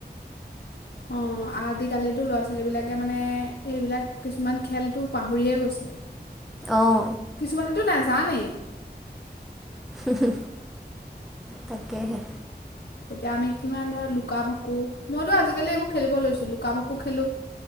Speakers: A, on the left; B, in the centre.
A: অ' আজিকালো ল'ৰা ছোৱালীবিলাকে মানে এইবিলাক কিছুমান খেলটো পাহৰিয়ে গৈছে
B: অঁ
A: কিছুমানেতো নাজান। যাবনে
B: উহু, তাকেহে।
A: এতিয়া আমি কিমান ধৰ লুকা ভাকু মইতো আজিকালি এইবোৰ খেলিব লৈছো লুকা ভাকু খেলো।